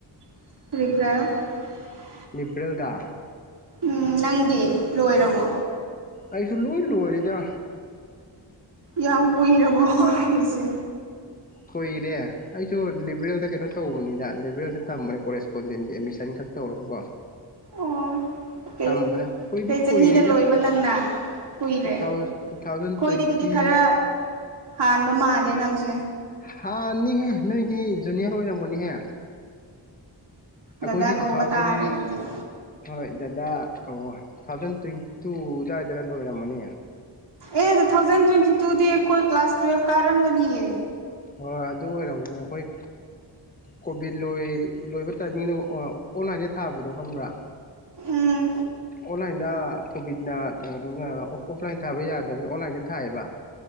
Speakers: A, on the right (about 65°); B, on the left (about 20°).
A: <unintelligible>
B: ꯃꯦꯇꯤꯜ ꯗꯥ
A: ꯎꯝ ꯅꯪꯗꯤ ꯂꯣꯏꯔꯕꯣ
B: ꯑꯩꯁꯨ ꯂꯣꯏ ꯂꯣꯏꯔꯦꯗ
A: ꯌꯥꯝ ꯀꯨꯏꯔꯕꯣꯍꯣ
B: ꯑ
A: ꯍꯥꯏꯔꯤꯁꯦ
B: ꯀꯨꯏꯔꯦ ꯑꯩꯁꯨ ꯂꯤꯕ꯭ꯔꯦꯜꯗ ꯀꯩꯅꯣ ꯇꯧꯕꯅꯤꯗ ꯂꯤꯕ꯭ꯔꯦꯜꯗ ꯇꯝꯕꯅꯦ ꯀꯣꯔꯦꯁꯄꯣꯟꯗꯦꯟꯒꯤ ꯑꯦꯠꯃꯤꯁꯟ ꯈꯛ ꯇꯧꯔꯒꯀꯣ
A: ꯑꯣ ꯀꯩ
B: ꯇꯝꯕꯅꯦ ꯑꯩꯈꯣꯏꯗꯤ
A: ꯀꯩ
B: ꯀꯨꯏꯔꯦꯗ
A: ꯆꯍꯤꯗ ꯂꯣꯏꯕ ꯅꯪꯅ ꯀꯨꯏꯔꯦ
B: ꯇꯨ ꯊꯥꯎ ꯇꯨ ꯊꯥꯎꯖꯟ
A: ꯈꯣꯏꯗꯒꯤꯗꯤ
B: ꯇ꯭ꯋꯦꯟꯇꯤ
A: ꯈꯔ ꯍꯥꯟꯕ ꯃꯥꯜꯂꯦ ꯅꯪꯁꯦ
B: ꯍꯥꯟꯅꯤꯍꯦ ꯅꯣꯏꯗꯤ ꯖꯨꯅꯤꯌꯔ ꯑꯣꯏꯔꯝꯒꯅꯤꯍꯦ ꯑꯈꯣꯏꯗꯤ
A: ꯗꯗꯥ ꯀꯧꯕ
B: ꯇꯨ ꯊꯥꯎꯖꯟ
A: ꯇꯥꯔꯦ ꯑꯗꯨꯗꯤ
B: ꯍꯣꯏ ꯗ ꯗꯥ ꯀꯧꯋꯣ ꯇꯨ ꯊꯥꯎꯖꯟ ꯇ꯭ꯋꯦꯟꯇꯤ ꯇꯨ ꯑꯗꯨꯋꯥꯢꯗꯔ ꯂꯣꯏꯔꯝꯃꯅꯤ
A: ꯑꯦ ꯇꯨ ꯊꯥꯎꯖꯟ ꯇ꯭ꯋꯦꯟꯇꯤ ꯇꯨꯗꯤ ꯑꯈꯣꯏ ꯀ꯭ꯂꯥꯁ ꯇ꯭ꯋꯦꯜꯞ ꯀꯥꯔꯝꯒꯅꯤꯌꯦ
B: ꯍꯣꯏ ꯑꯗꯨ ꯑꯣꯏꯔꯝꯒꯅꯤ ꯑꯩꯈꯣꯏ ꯀꯣꯚꯤꯠ ꯂꯣꯏ ꯂꯣꯏꯕ ꯇꯥꯏꯃꯤꯡꯗꯣ ꯑꯥ ꯑꯣꯟꯂꯥꯏꯟꯗ ꯊꯥꯕꯗꯣ ꯈꯪꯕ꯭ꯔꯥ
A: ꯎꯝ
B: ꯑꯣꯟꯂꯥꯏꯟꯗ ꯀꯣꯚꯤꯠꯅ ꯇꯨ ꯊꯥꯎꯖꯟ ꯀꯌꯥꯅꯣ ꯑꯣ ꯑꯣꯐꯂꯥꯏꯟ ꯊꯥꯕ ꯌꯥꯗꯕꯒꯤ ꯑꯣꯟꯂꯥꯏꯟꯗ ꯊꯥꯏꯌꯦꯕ